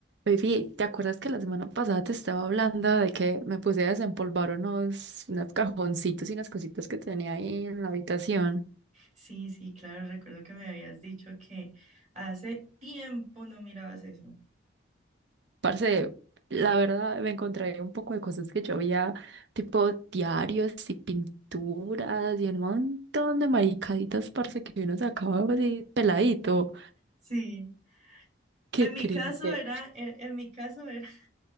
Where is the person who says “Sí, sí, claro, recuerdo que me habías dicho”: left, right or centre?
Right